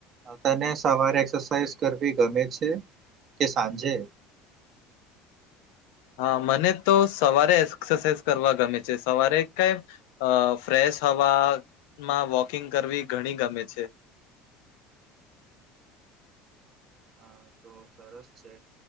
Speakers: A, on the right; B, on the left.
A: તને સવારે એક્સરસાાઈઝ કરવી ગમે છે કે સાંજે
B: હા મને તો સવારે એક્સરસાઇઝ કરવા ગમે છે સવારે કઈ અ ફ્રેશ હવામાં વોકિંગ કરવી ઘણી ગમે છે.
A: હા તો સરસ છે